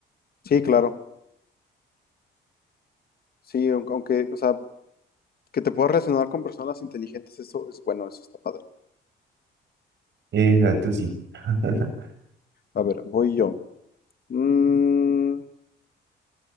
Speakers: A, on the left; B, on the right.
A: Sí, claro. Sí, aun- aunque, o sea, que te puedas relacionar con personas inteligentes, eso es bueno, eso está padre.
B: Exacto, sí. <laughs>
A: A ver, voy yo. Mm,